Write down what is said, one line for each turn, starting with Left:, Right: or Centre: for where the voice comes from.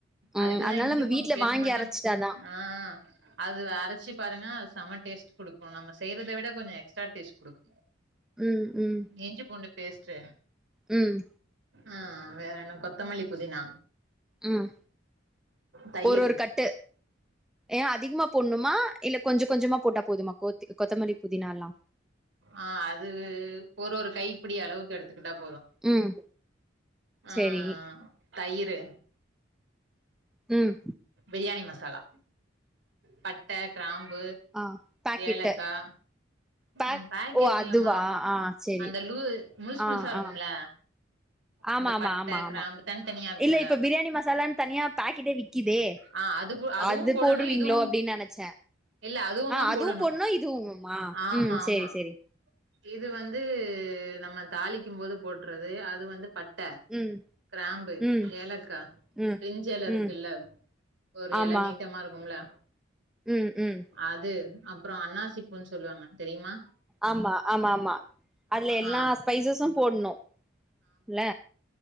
Centre: ம்
Right: அதுக்குதா
Centre: அதனால
Right: இஞ்சி
Centre: நம்ம
Right: பூண்டு
Centre: வீட்ல
Right: பேஸ்ட்
Centre: வாங்கி
Right: மட்டு
Centre: அரச்சிட்டாதான்
Right: ஆ அது அரச்சி பாருங்க அது செம டேஸ்ட் குடுக்கு நம்ம செய்றத விட கொஞ்சோ எக்ஸ்ட்ரா டேஸ்ட் குடுக்
Centre: ம் ம்
Right: இஞ்சி பூண்டு பேஸ்ட்டு
Centre: ம்
Right: ஆ வேற என்ன கொத்தமல்லி புதினா
Centre: ம்
Right: தயிர்
Centre: ஒரு ஒரு கட்டு ஏ அதிகமா போட்ணுமா இல்ல கொஞ்ச கொஞ்சமா போட்டா போதுமா கொத் கொத்தமல்லி புதினாலா
Right: ஆ அது ஒரு ஒரு கைப்பிடி அளவுக்கு எடுத்துக்கிட்டா போது
Centre: ம் சேரி
Right: ஆ தயிரு
Centre: ம்
Right: பிரியாணி மசாலா பட்ட கிராம்பு
Centre: ஆ பாக்கெட்டு
Right: ஏலக்கா
Centre: பேக்
Right: ம் பாக்கெட்
Centre: ஓ அதுவா
Right: இல்லமா
Centre: ஆ சேரி
Right: அந்த லூ முழ்ஸ்
Centre: ஆ
Right: முழ்ஸா இருக்கும்ல
Centre: ஆ ஆமா
Right: இந்த
Centre: ஆமா
Right: பட்ட
Centre: ஆமா ஆமா
Right: கிராம்பு தனித்தனியா இருக்கும்ல
Centre: இல்ல இப்ப பிரியாணி மசாலான் தனியா பாக்கெட்டே விக்கிதே
Right: ஆ அதுக்கு அதுவு
Centre: அது
Right: போடணு
Centre: போடுவீங்ளோ
Right: இதுவு
Centre: அப்டின் நெனச்சே
Right: இல்ல
Centre: ஆ
Right: தா
Centre: அதுவு
Right: போடணு
Centre: போட்னு இதுவும்மா
Right: ஆமா
Centre: ம்
Right: ஆமா
Centre: சேரி சேரி
Right: இது வந்து நம்ம தாளிக்கும் போது போட்றது அது வந்து ப ட்ட
Centre: ம்
Right: கிராம்பு
Centre: ம்
Right: ஏலக்கா
Centre: ம்
Right: பிரிஞ்செல இருக்குல்ல
Centre: ம்
Right: ஒரு
Centre: ஆமா
Right: இல நீட்டமா இருக்கும்ல
Centre: ம் ம்
Right: அது அப்புறோ அன்னாசிப்பூன்னு சொல்லுவாங்க தெரியுமா
Centre: ஆமா ஆமா ஆமா அதில எல்லா
Right: ஆ
Centre: ஸ்பைசஸும் போட்ணு இல்ல